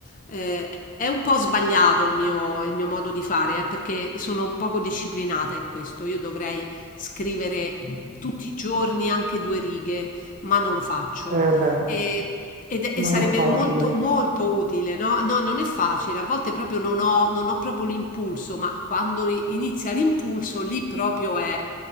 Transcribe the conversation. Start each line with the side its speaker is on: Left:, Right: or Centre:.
Left: eh, è un po' sbagliato il mio, il mio modo di fare, eh, perché sono poco disciplinata in questo. Io dovrei scrivere tutti i giorni anche due righe, ma non lo faccio.
Right: Eh beh,
Left: E, ed è-
Right: non
Left: e sarebbe
Right: è facile.
Left: molto molto utile, no? No, non è facile, a volte proprio non ho, non ho proprio l'impulso, ma quando inizia l'impulso lì proprio è,